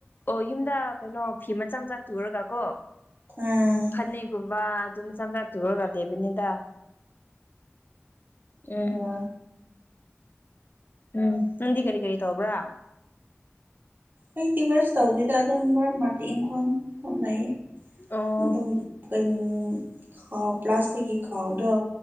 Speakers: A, on the left; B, on the right.
A: ꯑꯣ ꯌꯨꯝꯗ ꯀꯩꯅꯣ ꯐꯤ ꯃꯆꯥ ꯃꯆꯥ ꯇꯨꯔꯒ ꯀꯣ
B: ꯎꯝ
A: ꯐꯅꯦꯒꯨꯝꯕ ꯑꯗꯨꯝ ꯆꯪꯖ꯭ꯔꯥ ꯇꯨꯔꯒ ꯂꯩꯕꯅꯤꯗ ꯎꯝ
B: ꯑꯣ
A: ꯎꯝ ꯅꯪꯗꯤ ꯀꯔꯤ ꯀꯔꯤ ꯇꯔꯕ꯭ꯔꯥ
B: ꯑꯩꯗꯤ ꯀꯔꯤꯁꯨ ꯇꯧꯗꯦꯗ ꯑꯗꯨꯝ ꯃꯔꯛ ꯃꯥꯔꯛꯇ ꯏꯪꯈꯣꯟ ꯍꯣꯠꯅꯩ
A: ꯑꯣ
B: ꯑꯗꯨꯝ ꯀꯩ ꯈꯥꯎ ꯄ꯭ꯂꯥꯁꯇꯛ ꯈꯥꯎꯗꯣ